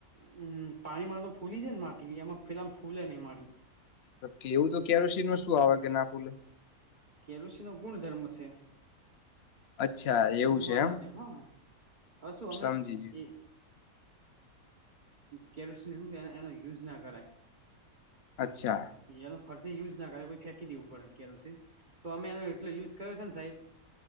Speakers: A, on the right; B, on the left.
A: હમ્મ પાણીમાં તો ફૂલી જાય ને માટી એમાં પેલા ફૂલે નહ મારી
B: કે એવું તો કેરોસીન ન શું આવે કે ના પૂલે.
A: કેરોસીન નો ગુણ ધર્મ છે
B: અચ્છા
A: ફૂલવા
B: એવું છે એમ
A: ના હા હ શું અમે
B: સમજી ગયું
A: એ કેરોસન એનો યુઝ ના કરાય
B: અચ્છા
A: એનો ફરથી યુઝ ના કરે ફેંકી દેવું પડે્યારે તો અમે એનો એટલો યુઝ કર્યો છે ને સાહેબ